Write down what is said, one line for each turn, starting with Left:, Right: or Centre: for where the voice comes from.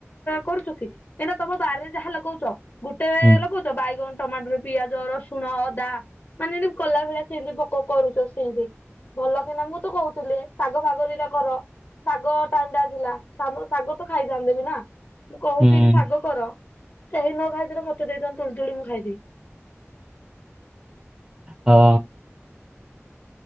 Left: କରୁଛନ୍ତି କାହିଁକିନା ତମ ବାରିରେ ଯାହା ଲଗଉଛ ଗୋଟେ
Right: ହୁଁ
Left: ଲଗଉଛ ବାଇଗଣ, ଟମାଟର, ପିଆଜ, ରସୁଣ, ଅଦା ମାନେ ଏମିତି କଲା ଭଳିଆ ସେମିତି ପୋକ କରୁଛ ସେମିତି। ଭଲକିନା ମୁଁ ତୁ କହୁଥିଲି ଶାଗଫାଗ ଦୁଇଟା କର। ଶାଗ ଟାଇମ ଟା ଥିଲା ଶାଗ ତ ଖାଇଥାନ୍ତେ ବି ନା। ମୁଁ କହୁଛି
Right: ହୁଁ
Left: ଏଠି ଶାଗ କର କେହି ନ ଖାଇଥିଲେ ମତେ ଦେଇଥାନ୍ତ ତୁଳିତୁଳି ମୁଁ ଖାଇଦେବି।
Right: ହଁ।